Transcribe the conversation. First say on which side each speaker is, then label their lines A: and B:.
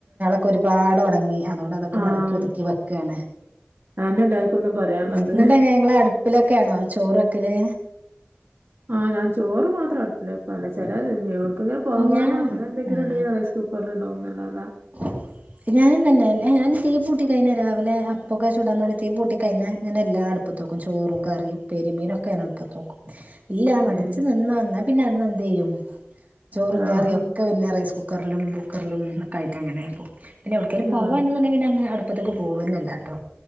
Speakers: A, on the right; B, on the right.
A: ഒക്കെ ഒരുപാട് ഒണങ്ങി. അതുകൊണ്ട് അതൊക്കെ
B: ആഹ്
A: മടക്കി ഒതുക്കി വെക്കാണ്.
B: അതന്നെ എല്ലാർക്കും ഇന്നും പറയാനുള്ളത്.
A: ഉം എന്നിട്ട് എങ്ങനെ നിങ്ങള് അടുപ്പിലൊക്കെയാണോ ചോറ് വെക്കല്
B: ആഹ് ഞാൻ ചോറ് മാത്രം അടുപ്പിലാ വെക്ക ചിലത് എവ്ട്ക്ക്ങ്ങനെ പോവാനോ
A: ഞാൻ
B: അങ്ങനെ എന്തെങ്കിലും ഉണ്ടെങ്കിലും റൈസ് കുക്ക ണ്ടാവും <unintelligible> തെ
A: <unintelligible> ഞാൻ തീ പൂട്ടികഴിഞ്ഞാൽ രാവിലെ അപ്പൊക്കെ ചുടാൻ വേണ്ടി തീ പൂട്ടി കഴിഞ്ഞാൽ ഞാൻ എല്ലാം അടുപ്പത്ത് വെക്കും ചോറും കറിയും പൊരി മീനൊക്കെ ഞാൻ അടുപ്പത്ത് വെ
B: <inaudible>
A: ഇല്ല മടിച്ച്
B: ഏഹ്
A: നിന്നാ എന്നാ പിന്നെ അന്ന എന്ത് ചെയ്യും ചോറും കറിയൊക്കെ
B: ആഹ്
A: ഒക്കെ പിന്നെ റൈസ് കുക്കറിലും കുക്കറിലും ഒക്കായിട്ട് അങ്ങനെ പോ. പിന്നെ എവ്ട്ക്കേലും
B: ആഹ്
A: പോവാൻ ഇണ്ട്ന്ന് ഇണ്ടെങ്കി പിന്നെ അന്ന് അടു അട്പ്പത്തക്ക് പോവുണെന്നെല്ല ട്ടോ.